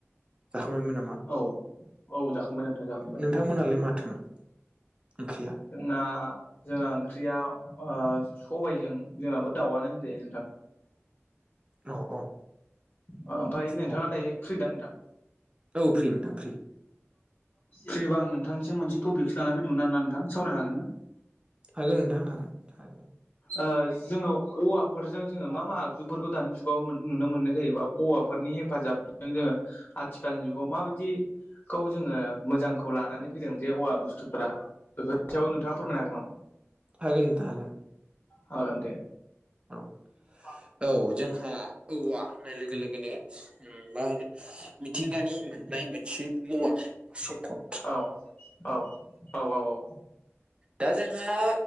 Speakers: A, on the right; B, on the left.
A: जाखांबायमोन नामा?
B: औ औ जाखांबाय नोंथां जाखांबाय
A: नोंथांमोनालाय माथोमोन ओंख्रिया?
B: जोंना जोंना ओंख्रिया ओ सबायजों जोंनाबो दाउआनो होनजायो नोंथां।
A: औ औ
B: ओ ओमफ्राय नोंथाङा
A: औ
B: दायो फ्रिदा नोंथां?
A: औ फ्रि नोथां फ्रि।
B: फ्रिबा नोंथांनिसम मोनसे टपिकसो लाना फैदोंमोन आरो ना नोंथां सावरायनो हागोन ना?
A: हागोन नोंथां हागोन।
B: ओ जोङो औवाफोरजों जोङो मा मा आगजुफोरखौ दानि जुगाव नुनो मोननाय जायोबा? औवाफोरनि हेफाजाबजों जोङो आथिखालनि जुगाव माबायदि खौ जोङो मोजांखौ लानानै फैदों जे औवा बुस्थुफोरा बेफोर सायाव नोंथाङा फोरमायनो हागोन नामा?
A: हागोन नोंथां।
B: हागोन दे
A: औ
B: <unintelligible>
A: औ जोंहा औवा होननाय लोगो लोगोनो मा होनो मिथिंगानि मोननाय मोनसे मुवा सम्फद।
B: औ औ औ औ औ
A: दा जोंहा